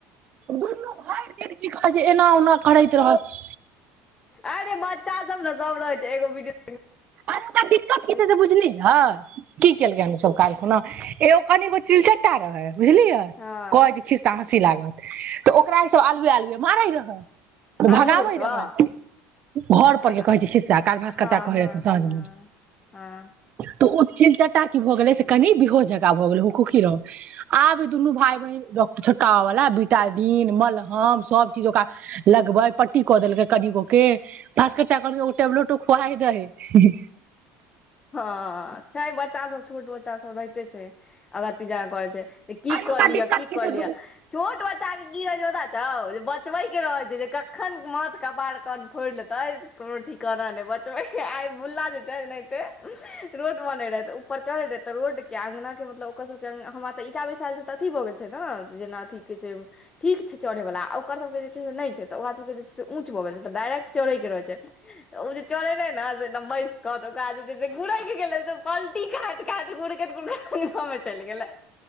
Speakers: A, on the right; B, on the left.
A: दुनू भरि दिन की कहै छै एना ओना करैत रहत
B: अरे बच्चा सब न सब रहै छै एगो वीडियो
A: अरे ओकरा दिक्कत की
B: <unintelligible>
A: छै से बुझलियै की केलकै हन उ सब काल्हि खुना ए एगो चिलचट्टा रहै है बुझलियै
B: हँ
A: कहै के खिस्सा अथि लागल तऽ ओकरा ई सब आलुए आलुए मारै रहै तऽ
B: आलूसँ
A: भगाबै रहै घर
B: हँ
A: पर के कहै छी खिस्सा काल्हि भास्कर
B: हँ
A: चचा कहै रहैथिन साँझमे
B: हँ हँ
A: तऽ ओ चिलचट्टा की भऽ गेलै से कनि बेहोंस जंका भए गेलै हुकहुकी रहै आब दुनू भाइ बहिन छड़ीकाबै वला बिटाडीन मलहम सब चीज ओकरा लगबै पट्टी कऽ देलकै कनिगोके भास्कर चचा कहलखिन एगो टेबलेटो खुआदिहींन हूँ
B: हाँ छै बच्चा सब छोट बच्चा सब रहितै छै अगत्ती जंका करै छै तऽ की
A: अरे
B: कऽ
A: ओकरा
B: लिअ
A: दिक्कत
B: की कऽ
A: छै
B: लिअ छोट बच्चा की रहै छै पता छौ जे बचबैके रहै छै जे कखन माथ कपार कान फोड़ि लेतै से कोनो ठिकाना नै बचबैके आइ भुल्ला जे छै ओनाहिंतै रोड बनै रहै तऽ ऊपर चढ़ै रहै तऽ रोड के आँगना के मतलब ओकर सबके हमरा तऽ ईंटा बैसायल छै तऽ अथी भऽ गेल छै न जेना अथि कहै छै ठीक छै चढ़ैवला आ ओकर सभके जे छै से नहि छै तऽ ओकरा सभके जे छै से ऊँच भऽ गेल छै तऽ डायरेक्ट चढ़ैके रहै छै तऽ ओ जे चढ़लै नऽ एकदम बैसकऽ तऽ ओकरा जे से जें गुड़ैक गेलै पलटी खाइत खाइत गुड़कैत गुड़कैत अँगनामे चलि गेलै